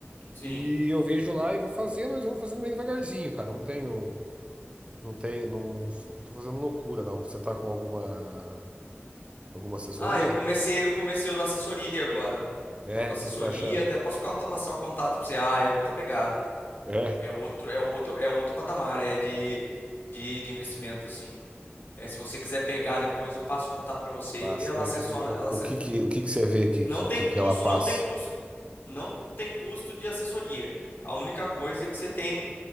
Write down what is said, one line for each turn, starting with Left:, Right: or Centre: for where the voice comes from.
Left: sim.
Right: E eu vejo lá e vou fazendo, mas eu vou fazendo meio devagarzinho, cara. Eu Não tenho, não tenho, não, não, não tô fazendo loucura, não. Você tá com alguma, alguma assessoria?
Left: Ah, eu comecei, eu comecei a usar assessoria agora.
Right: É,
Left: Tô com assessoria,
Right: o que que você tá achando?
Left: até posso ficar- passar o contato pra você. Ah, é outra pegada.
Right: É.
Left: É outro, é outro, é outro patamar, é de, de, de investimento, assim. É, se você quiser pegar depois, eu passo o contato pra você
Right: Passa,
Left: e ela
Right: mas
Left: assessora,
Right: o, que- o, o
Left: ela asse-
Right: o que que, o que que você vê que,
Left: não
Right: que,
Left: tem
Right: que
Left: custo,
Right: que ela passa?
Left: não tem custo, não tem custo de assessoria. A única coisa é que você tem